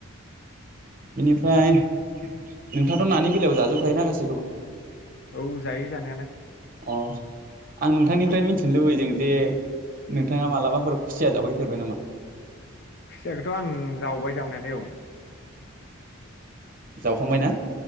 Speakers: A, on the right; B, on the left.
A: बेनिफ्राय नोंथाङाथ' नानि बेलायाव जाजोबखायोना गासि
B: औ जायो जानायालाय।
A: अ आं नोंथांनिफ्राय मिथिनो लुबैदों जे नोंथाङा मालाबा फोर खुसिया जावहैफेरबाय नामा?
B: खुसियखौथ' आं जावबाय जावनायालाय औ
A: जावखांबाय ना?